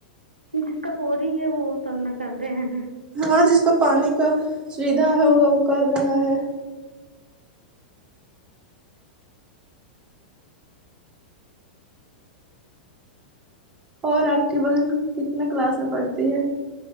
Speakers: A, on the right; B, on the right.
A: جس کا بورنگ ہے وہ سب میں کر رہے ہیں
B: ہاں جس کا پانی کا سویدھا ہوگا وہ کر رہا ہے اور آپ کی بہن کتنے کلاس میں پڑھتی ہے